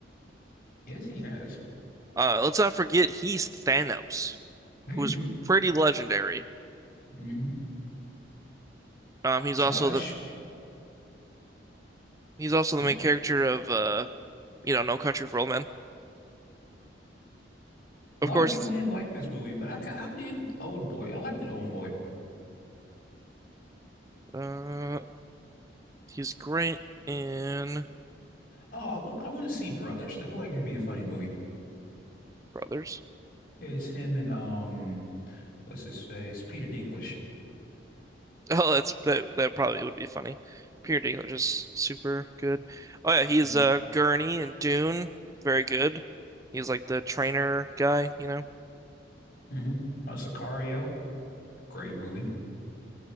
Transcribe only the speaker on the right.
Uh, let's not forget he's Thanos,
who's pretty legendary.
Um, he's
also the He's also the
main character of uh, you know, No Country for Old Men.
Of course,
it's,
uh, he's great in
Brothers. <laughs>
Oh, that's that. That probably would be funny. Peter Dinklage is super good. Oh yeah, he's
uh Gurney in Dune. Very good. He's like the trainer guy, you know.